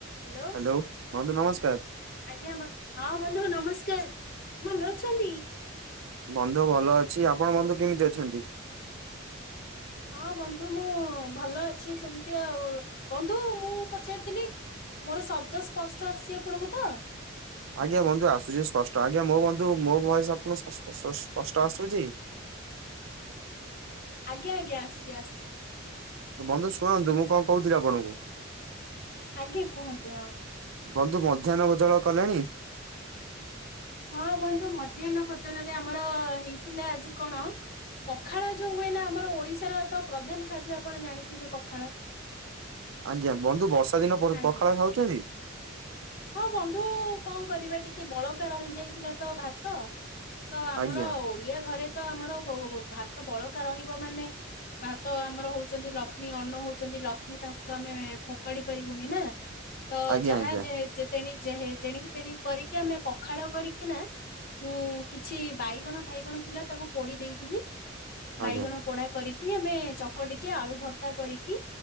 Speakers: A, on the left (about 50°); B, on the right (about 65°).
A: Hello.
B: Hello ବନ୍ଧୁ ନମସ୍କାର।
A: ଆଜ୍ଞା ବ ହଁ ବନ୍ଧୁ ନମସ୍କାର, ଭଲ ଅଛନ୍ତି?
B: ବନ୍ଧୁ ଭଲ ଅଛି, ଆପଣ ବନ୍ଧୁ କେମିତି ଅଛନ୍ତି?
A: ହଁ ବନ୍ଧୁ ମୁଁ ଭଲ ଅଛି ସେମିତି ଆଉ, ବନ୍ଧୁ ମୁଁ ପଚାରିଥିଲି ମୋର ଶବ୍ଦ ସ୍ପଷ୍ଟ ଆସିଛି ଆପଣଙ୍କୁ ତ?
B: ଆଜ୍ଞା ବନ୍ଧୁ ଆସୁଛି ସ୍ପଷ୍ଟ, ଆଜ୍ଞା ମୋ ବନ୍ଧୁ ମୋ ଭଏସ ଆପଣଙ୍କୁ ସସ୍-ଶ୍ -ସ୍ପଷ୍ଟ ଆସୁଛି?
A: ଆଜ୍ଞା ଆଜ୍ଞା ଆସୁଛି ଆସଛି।
B: ବନ୍ଧୁ ଶୁଣନ୍ତୁ ମୁଁ କଣ କହୁଥିଲି ଆପଣଙ୍କୁ।
A: ଆଜ୍ଞା କୁହନ୍ତୁ ହଁ
B: ବନ୍ଧୁ ମଧ୍ୟାହ୍ନ ଭୋଜନ କଲେଣି।
A: ହଁ ବନ୍ଧୁ ମଧ୍ୟାହ୍ନ ଭୋଜନରେ ଆମର ହେଇଥିଲା ଆଜି କଣ? ପଖାଳ ଯୋଉ ହୁଏ ନା ଆମର ଓଡିଶାର ତ ପ୍ରଧାନ ଖାଦ୍ୟ ଆପଣ ଜାଣିଥିବେ ପଖାଳ।
B: ଆଜ୍ଞା ବନ୍ଧୁ ବର୍ଷା ଦିନ ପଖାଳ
A: ଆଜ୍ଞା
B: ଖାଉଛନ୍ତି।
A: ହଁ ବନ୍ଧୁ କଣ କରିବା ଟିକେ ବଳକା ରହିଯାଇଥିଲା ତ ଭାତ। ତ ଆମର
B: ଆଜ୍ଞା
A: ଓଡିଆ ଘରେ ତ ଆମର ଭାତ ବଳକା ରହିବ ମାନେ ଭାତ ଆମର ହଉଛନ୍ତି ଲକ୍ଷ୍ମୀ ଅନ୍ନ ହଉଛନ୍ତି ଲକ୍ଷ୍ମୀ ତାଙ୍କୁ ତ ଆମେ ଫୋପାଡି ପାରିବୁନି ନା।
B: <inaudible>
A: ତ ଯାହା
B: ଆଜ୍ଞା
A: ଯେେଣିକି ତେଣି କରିକି ଆମେ ପଖାଳ କରିକି ନା ମୁଁ କିଛି ବାଇଗଣ ଫାଇଗଣ ଥିଲା ତାକୁ ପୋଡି ଦେଇଥିଲଥିଲି
B: ଆଜ୍ଞା
A: ବାଇଗଣ ପୋଢା କରିକି ଆମେ ଚକ ଟିକେ ଆଳୁ ଭର୍ତ୍ତା କରିକି।